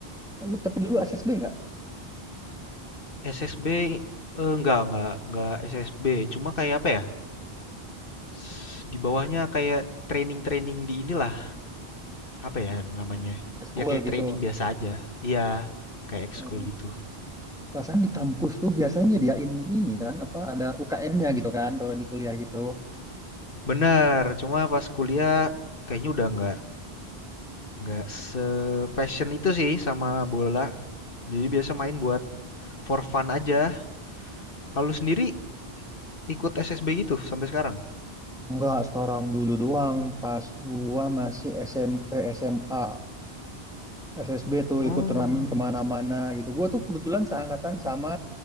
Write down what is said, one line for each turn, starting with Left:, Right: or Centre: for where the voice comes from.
Centre: Lu tapi dulu SSB nggak?
Left: SSB eh, enggak, enggak, enggak SSB. Cuma kayak apa ya? S- Di bawahnya kayak training-training di inilah apa ya namanya?
Centre: School
Left: Ya kayak
Centre: gitu.
Left: training biasa aja. Iya, kayak ekskul
Centre: Oh,
Left: gitu.
Centre: Perasaan di kampus tuh biasanya nyediain ini kan, apa ada UKM-nya gitu kan kalau di kuliah gitu.
Left: Bener, cuma pas kuliah kayaknya udah nggak nggak se-passion itu sih sama bola. Jadi biasa main buat for fun aja. Kalau lu sendiri ikut SSB gitu sampai sekarang?
Centre: Enggak, sekarang dulu doang pas gua masih SMP SMA. SSB tuh
Left: Oh,
Centre: ikut turnamen kemana-mana gitu. Gua tuh kebetulan seangkatan sama